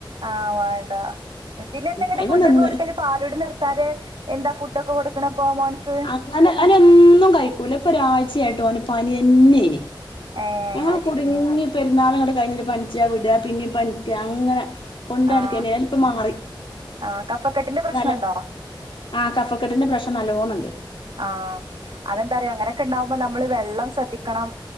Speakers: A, on the right; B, on the left.
A: ആഹ് വേണ്ട പിന്നെ എന്തങേട്ട്
B: അയിമ്മെ
A: ഫുടൊക്കെ
B: നിന്ന്
A: കൊടുക്കല് പാലുടി നിർത്താന് എന്താ ഫു ടൊക്കെ കൊടുക്കണ പ്പൊ മോനിക്ക്.
B: ഓന് ഓനൊന്നും കഴിക്കൂല ഇപ്പൊ ഒരാഴ്ചായിട്ട് ഓന് പനിയെന്നേന്.
A: ഏഹ്
B: ഞങ്ങള്
A: അത്
B: കുടുങ്ങി
A: ശരി
B: പെരുന്നാള് ഇങ്ങട്ട് കഴിഞ്ഞിട്ട് പനിച്ചാ വിട പിന്നിം പനി ക്ക അങ്ങനെ. കൊണ്ടടക്കേന്
A: ആഹ്
B: ഏലിപ്പം മാറി
A: ആഹ് കഫക്കെട്ടിന്റെ പ്രശ്നണ്ടോ?
B: നല്ല ആഹ് കഫക്കെട്ടിന്റെ പ്രശ്നം നല്ലോ ണണ്ട്.
A: ആഹ് അതെന്താറിയോ ഇങ്ങനെക്കെ ഇണ്ടാവുമ്പോ നമ്മള് വെള്ളോം ശ്രദ്ധിക്കണം.